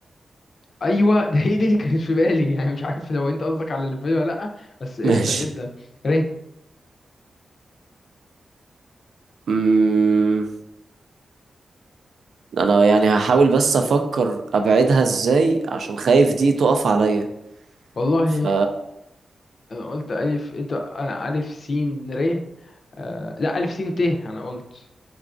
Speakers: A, on the left; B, on the right.
A: ايوه <laughs> ده هي دي اللي كانت في بالي يعني مش عارف لو انت قصدك على اللي في بالي ولا لا بس قشطه
B: ماشي
A: جدا ر
B: مم... انا يعني هحاول بس افكر ابعدها ازاي عشان خايف دي تقف عليا
A: والله
B: ف
A: انا قلت الف انت انا الف سين ر آه... لا الف سين ت انا قلت